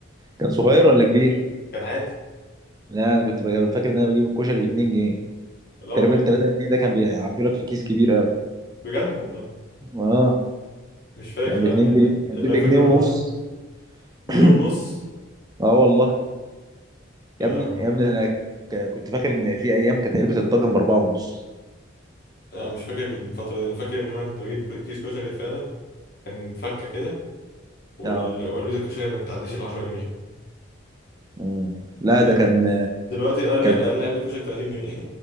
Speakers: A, on the right; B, on the left.
A: كان صغير ولا كبير؟
B: كان عادي
A: لا انا كنت بجيب- فاكر ان انا بجيب الكشري ب 2 جنيه
B: لا والله
A: تقريبا ال 3 جنيه ده كان بيعبي لك في كيس كبير قوي
B: بجد والله
A: اه
B: مش فاكر
A: كان
B: لا
A: ب 2 جنيه كان
B: اللي
A: في بجنيه
B: انا فاكره
A: ونص
B: ان هو جنيه
A: <clears throat>
B: ونص
A: اه والله
B: يا
A: يا ابني
B: لهوي
A: يا ابني انا ك- كنت فاكر ان في ايام كانت علبه الطاجن باربعه ونص
B: انا مش فاكر الفتره دي انا فاكر ان انا كنت بجيب كو- كيس كشري فعلا كان فكه كده وال-
A: اه
B: وعلبه الكشري ما بتعديش ال 10 جنيه
A: مم. لا
B: دلوقتي
A: ده كان
B: دلوقتي اقل
A: كان
B: اقل
A: في...
B: علبه كشري 30 جنيه